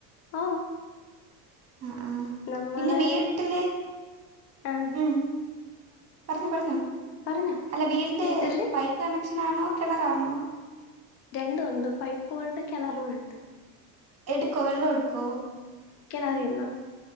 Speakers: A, on the left; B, on the right.
A: ആഹ്.
B: ആഹ്, ആഹ്
A: നമ്മളെ
B: പിന്നെ വീട്ടില്
A: ആഹ്
B: ഉം, പറഞ്ഞോ പറഞ്ഞോ
A: പറഞ്ഞോ
B: അല്ല വീടിന്റെ
A: വീട്ടില്
B: പൈ പ്പ് കണക്ഷനാണോ കെണറാണോ?
A: രണ്ടും ഉണ്ട്. പൈപ്പും ഉണ്ട് കെണറും ഉണ്ട്.
B: എട്ക്കോ വെള്ളൊ എടുക്കോ?
A: കെണറീന്നാ